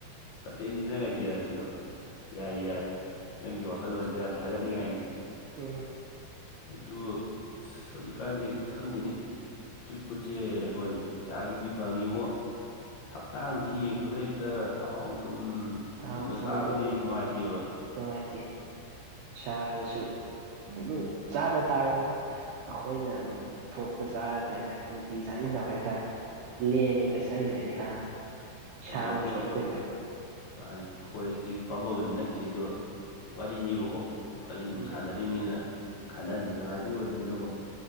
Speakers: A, on the left; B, on the right.
A: ꯐꯠꯖꯩꯅꯦ ꯅꯪ ꯑꯥꯏꯗꯤꯌꯥꯁꯤꯖꯨ ꯌꯥꯏ ꯌꯥꯏ ꯅꯪꯒꯤ ꯋꯥꯈꯜꯂꯣꯟꯖꯦ ꯌꯥꯝ ꯊꯥꯒꯠꯅꯤꯡꯉꯥꯏꯅꯤ
B: ꯎꯝ
A: ꯑꯗꯨ ꯑꯁ ꯍꯧꯖꯤꯛꯀꯥꯟꯖꯦ ꯈꯪꯗꯦꯅꯦ ꯏꯁꯇ꯭ꯔꯤꯠ ꯐꯨꯠꯗꯁꯦ ꯍꯣꯏ ꯄꯩꯁꯥꯒꯤꯕꯨꯗꯤ ꯐꯪꯉꯦꯕꯣ ꯍꯛꯆꯥꯡꯁꯤ ꯌꯦꯛꯄꯗ ꯍꯦꯛꯇ ꯊꯥꯎ ꯊꯨꯝ
B: ꯊꯥꯎ
A: ꯗꯨꯝꯗ
B: ꯊꯨꯝꯗꯨ
A: ꯆꯥꯕꯁꯤ ꯅꯨꯡꯉꯥꯏꯇꯦꯕ
B: ꯅꯨꯡꯉꯥꯏꯇꯦ ꯏꯁꯥꯗꯁꯨ ꯑꯗꯨ ꯆꯥꯗ ꯇꯥꯔꯦꯗꯅ ꯑꯩꯈꯣꯏꯅ ꯑꯗꯨꯝ ꯊꯣꯛꯄ ꯆꯥꯔꯒ ꯍꯥꯏꯇꯥꯔꯦ ꯅꯨꯡꯇꯤ ꯆꯥꯁꯤꯟꯗꯕ ꯍꯥꯏꯇꯥꯔꯦ ꯂꯦꯝꯃꯗꯤ ꯆꯩ ꯂꯩꯔꯦ ꯍ ꯏꯁꯥ
A: ꯑꯗꯨꯅꯦ ꯑꯩꯈꯣꯏ
B: ꯃꯨꯛ ꯁꯨꯔꯛꯇꯣꯏꯅꯦꯕ
A: ꯃꯥꯅꯤ ꯑꯈꯣꯏ ꯍꯧꯖꯤꯛ ꯄꯥꯝꯕꯕꯨꯗꯤ ꯅꯠꯇ꯭ꯔꯤ ꯑꯗꯣ ꯋꯥꯔꯤꯅꯤꯕꯀꯣ ꯋꯥꯔꯤ ꯁꯨꯝ
B: ꯎꯝ
A: ꯁꯥꯟꯅꯔꯤꯕꯅꯤꯅ ꯈꯟꯅ ꯅꯩꯅꯕ ꯍꯥꯏꯗꯨ ꯑꯣꯏꯕꯅꯤꯅꯀꯣ